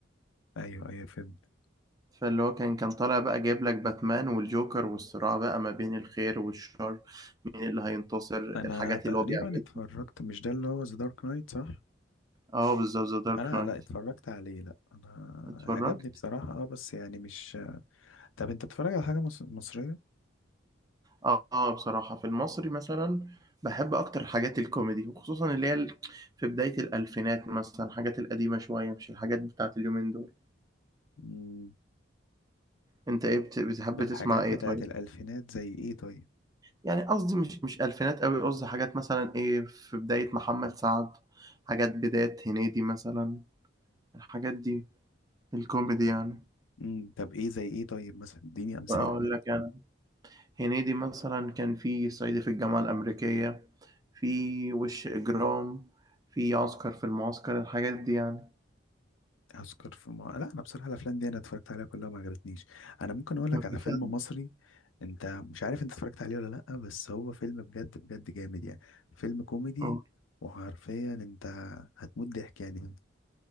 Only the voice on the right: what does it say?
فاللي هو كان كان طالع بقى جايب لك باتمان والجوكر والصراع بقى ما بين الخير والشر مين اللي هينتصر الحاجات
اللي هو بيعملها
اه بالظبط ذا دارك
نايت
اتفرجت
اه آه، بصراحة في المصري مثلا بحب اكتر حاجات الكوميدي وخصوصا اللي هي ال- في بداية الالفينات مثلا الحاجات القديمة شوية مش الحاجات بتاعت اليومين دول
انت ايه بت- بتحب
تسمع ايه
طيب
يعني قصدي مش مش الفينات قوي قصدي حاجات مثلا ايه في بداية محمد سعد حاجات بداية هنيدي مثلا الحاجات دي الكوميدي يعني
أقول
لك أنا هنيدي مثلا كان في صعيدي في الجامعة الأمريكية في وش إجرام في عسكر في المعسكر الحاجات دي يعني
طب
بجد؟
أه